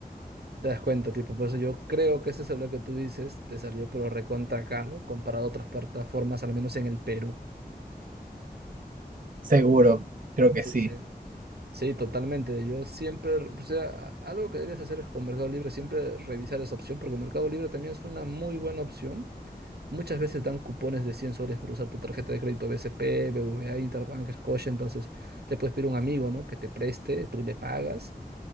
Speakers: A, on the right; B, on the right.
A: Te das cuenta, tipo, por eso yo creo que ese celular que tú dices te salió pero recontra caro comparado a otras plataformas, al menos en el Perú.
B: Seguro, creo que
A: Sí,
B: sí.
A: sí. Sí, totalmente. Yo siempre, o sea, a- algo que deberías hacer es con Mercado Libre, siempre revisar esa opción, porque Mercado Libre también es una muy buena opción. Muchas veces dan cupones de 100 soles por usar tu tarjeta de crédito BCP, BBVA, Interbank, Scotia, entonces le puedes pedir a un amigo, ¿no? Que te preste, tú le pagas